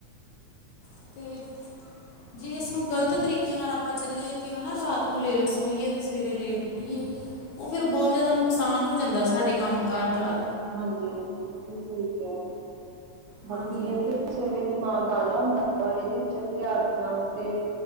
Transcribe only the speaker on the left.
ਅਤੇ? ਜੇ, ਇਸਨੂੰ ਗ਼ਲਤ ਤਰੀਕੇ ਨਾਲ ਆਪਾਂ ਚੱਲੀਏ ਕਿ, ਹਨਾ ਰਾਤ, ਨੂੰ ਲੇਟ ਸੋਈਏ ਤੇ ਸਵੇਰੇ ਲੇਟ ਉੱਠੀਏ। ਉਹ ਫੇਿਰ ਬਹੁਤ ਜਿਆਦਾ ਨੁਕਸਾਨ, ਹੋ ਜਾਂਦਾ ਸਾਡੇ ਕੰਮ ਕਾਰ ਦਾ?
ਹਾਂਜੀ